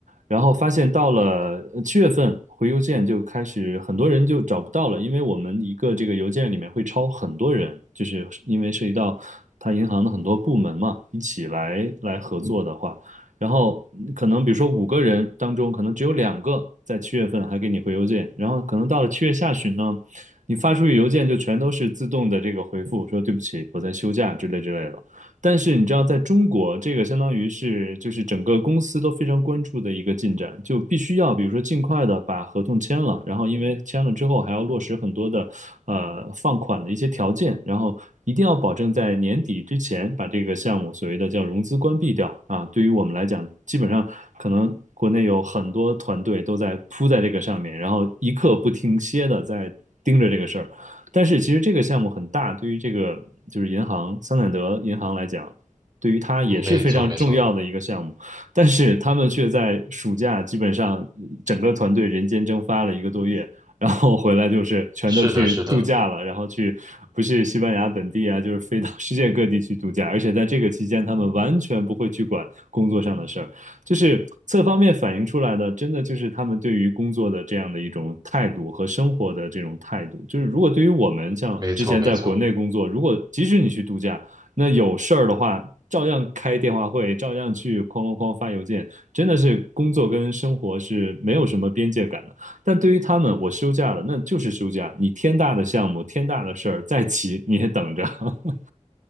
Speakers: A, on the right (about 85°); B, on the right (about 35°).
A: 然后发现到了呃七月份回邮件就开始很多人就找不到了，因为我们一个这个邮件里面会超很多人，就是因为涉及到他银行的很多部门嘛，一起来来合作的话。然后可能比如说五个人当中，可能只有两个在七月份还给你回邮件，然后可能到了七月下旬呢，你发出去邮件就全都是自动的这个回复，说对不起，我在休假之类之类的。但是你知道，在中国，这个相当于是就是整个公司都非常关注的一个进展，就必须要比如说尽快的把合同签了，然后因为签了之后还要落实很多的呃放款的一些条件，然后一定要保证在年底之前把这个项目所谓的叫融资关闭掉啊。对于我们来讲，基本上可能国内有很多团队都在扑在这个上面，然后一刻不停歇的在盯着这个事儿。但是其实这个项目很大，对于这个就是银行桑坦德银行来讲，对于它也是非常重要的一个项目，
B: 嗯，没错没错，
A: 但是他们却在暑假基本上整个团队人间蒸发了一个多月，然后回来就是全都去度假了，
B: 是的是的，
A: 然后去不是西班牙本地啊，就是飞到世界各地去度假，而且在这个期间，他们完全不会去管工作上的事儿，就是侧方面反映出来的，真的就是他们对于工作的这样的一种态度和生活的这种态度。就是如果对于我们像之前在国内工作，
B: 没错没错。
A: 如果即使你去度假，那有事儿的话，照样开电话会，照样去哐哐哐发邮件，真的是工作跟生活是没有什么边界感的。但对于他们，我休假了，那就是休假，你天大的项目、天大的事儿再急你也等着。<laughs>